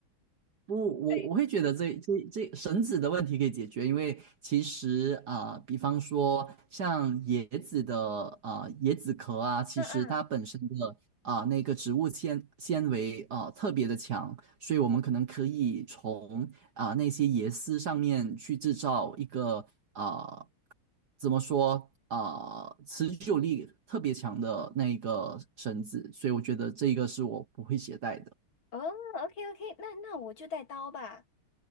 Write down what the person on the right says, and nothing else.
不，我我会觉得这这这绳子的问题可以解决，
因为其实啊、呃比方说像椰子的啊椰子壳啊，其实它本身的啊、
呃那个植物纤纤维啊、呃特别的强，所以我们可能可以从啊、呃那些椰丝上面去制造一个啊、呃怎么说啊、呃持久力特别强的那一个绳子，所以我觉得这个是我不会携带的。